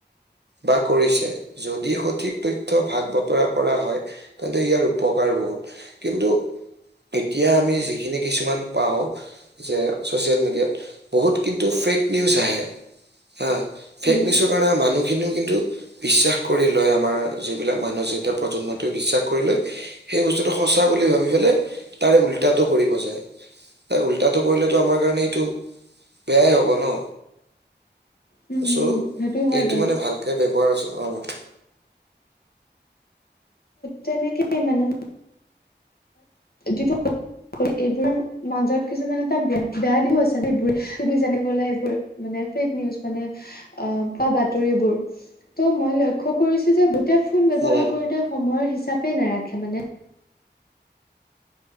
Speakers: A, on the right; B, on the left.
A: বা কৰিছে যদি সঠিক তথ্য ভাগ বতৰা কৰা হয়, তেন্তে ইয়াৰ উপকাৰ বহুত কিন্তু এতিয়া আমি যিখিনি কিছুমান পাওঁ। যে চচিয়েল মিডিয়াত বহুত কিন্তু ফেক নিউজ আহে হা। ফেক
B: উম,
A: নিউজৰ কাৰণে মানুহখিনিও কিন্তু বিশ্বাস কৰি লয় আমাৰ যিবিলাক মানুহ যেতিয়া প্ৰজন্মটোৱে বিশ্বাস কৰি লয়। সেই বস্তুটো সঁচা বুলি ভাবি পেলাই, তাৰে উল্টাটো কৰিব যায়। তাই উল্টাটো কৰিলেটো আমাৰ কাৰণে এইটো বেয়াই হব ন?
B: উম,
A: চ'
B: উম, সেইটো হয়
A: এইটো
B: বাৰু।
A: মানে ভালকে ব্যৱহাৰ আছ অ',
B: তেনেকে মানে যিটো এইবোৰ মাজত কিছুমান এটা বেয়া দিশো আছে ন' এইবোৰ তুমি জানিবা এইবোৰ মানে ফেক নিউজ মানে আ, বা বাতৰিবোৰ ত' মই লক্ষ্য কৰিছোঁ যে ফোন ব্যৱহাৰ
A: উম
B: কৰোতে সময়ৰ হিচাপে নাৰাখে মানে